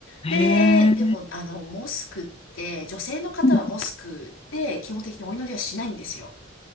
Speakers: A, on the left (about 80°); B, on the left (about 30°).
A: で、
B: へえ。
A: でもあの、モスクって、女性の方はモスクって基本的にお祈りはしないんですよ。
B: うん